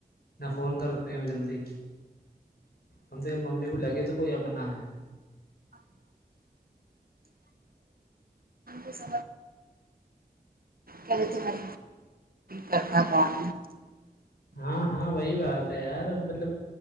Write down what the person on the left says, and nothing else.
نہ فون کرتے ہیں وہ جلدی ہم سے ممی کو لگے تو کوئی اپنا ہے
ہاں ہاں وہی بات ہے یار مطلب